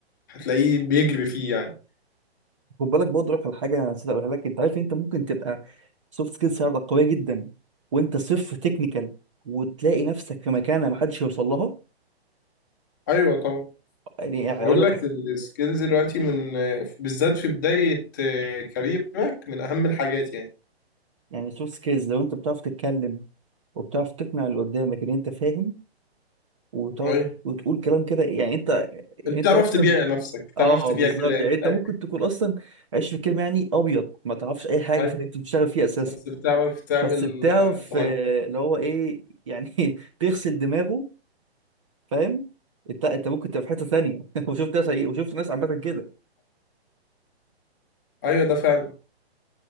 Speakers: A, on the left; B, on the right.
A: هتلاقيه بيجري فيه يعني
B: خد بالك برضه لك على حاجه انا نسيت اقولها لك انت عارف إن انت ممكن تبقى سوفت سكيلز عندك قويه جدا وانت صفر تكنيكال وتلاقي نفسك في مكانه محدش يوصل لها
A: ايوه طبعا
B: يعني
A: بقول
B: اقول لك
A: لك السكيلز دلوقتي من بالذات في بداية آه، كاريرك من أهم الحاجات يعني
B: يعني سوفت سكيلز لو انت بتعرف تتكلم وبتعرف تقنع اللي قدامك ان انت فاهم وتقعد
A: أي
B: وتقول كلام كده يعني انت يعني
A: أنت بتعرف
B: انت مثلا
A: تبيع نفسك بتعرف
B: اه
A: تبيع
B: بالظبط
A: كلام
B: يعني انت
A: أي
B: ممكن تكون اصلا عايش في الكلمه يعني ابيض ما تعرفش اي حاجه
A: أي
B: في اللي انت بتشتغل فيه اساسا
A: بس بتعرف تعمل
B: بس بتعرف
A: آه، تهجم
B: آه، اللي هو ايه يعني <laughs> تغسل دماغه فاهم انت انت ممكن تبقى في حته ثانيه <laughs> وشفت ناس ايه وشفت ناس عامه كده
A: أيوه ده فعلا